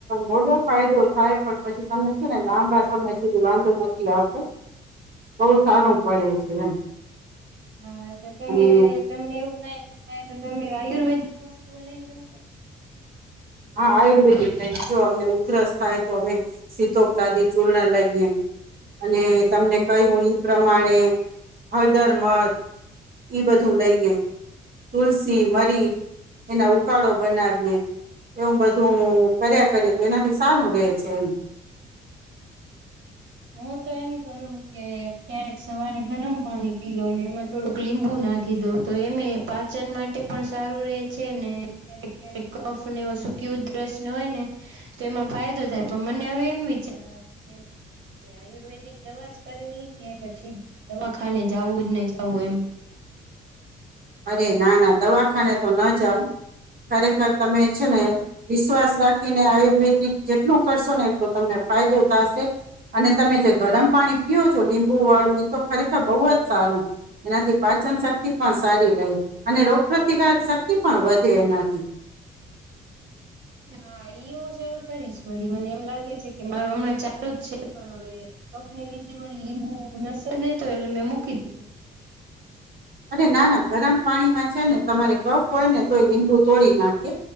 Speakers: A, on the right; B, on the right.
A: મોડો ફાયદો થાય પણ પછી તમને છે ને લાંબા સમય સુધી વાંધો નથી આવતો. બહુ સારું પડે છે. એમ.
B: હા તો તમે
A: અને
B: તમને એવું કઈ થાય તો તમે આયુર્વેદિક વસ્તુઓ લઈ લીઓ છો?
A: હા આયુર્વેદિક. જો અમને ઉધરસ થાય તો અમે સીતોપલાદી ચૂર્ણ લઈએ અને તમને કહ્યું ઈ, પ્રમાણે હળદર મધ ઈ, બધું લઈએ તુલસી મરી એના ઉકાળો બનાવીએ. એવું બધું કર્યા કરએ તો એનાથી સારું રહેે છે. એમ.
B: હું તો એમ કરું કે ક્યારેક સવારે ગરમ પાણી પી લવ ને એમાં થોડુંક લીંબુ નાખી દઉં તો એમે પાચન માટે પણ સારું રે છે ને ક્યારેક, ક્યારેક કફ ને સૂકી ઉધરસ ને હોય ને, તો એમાં ફાયદો થાય પણ મને હવે એમ વિચાર આવે છે. એ આયુર્વેદિક દવા જ કરવી કે પછી દવાખાને જવું જ ને જવું એમ?
A: અરે ના ના દવાખાને તો ન જાવ ખરેખર તમે છે, ને વિશ્વાસ રાખીને આયુર્વેદિક જેટલું કરશો ને એટલો તમને ફાયદો થશે અને તમે જે ગરમ પાણી પીઓ છો લીંબુ વાળું એ તો ખરેખર બહુ જ સારું એનાથી પાચન શક્તિ પણ સારી. અને રોગપ્રતિકાર શક્તિ પણ વધે એનાથી.
B: હા ઈ હું સરુ કરીશ વળી મને એમ લાગે છે કે મારું હમણાં ચાલુ જ છે. પણ હવે કફને લીધે મળી લીંબુ, લસણ ને તો એટલે મેં મૂકી દીધું.
A: અરે ના, ના ગરમ પાણીમાં છે ને તમારે કફ હોય ને તો લીંબુ તોડી નાખે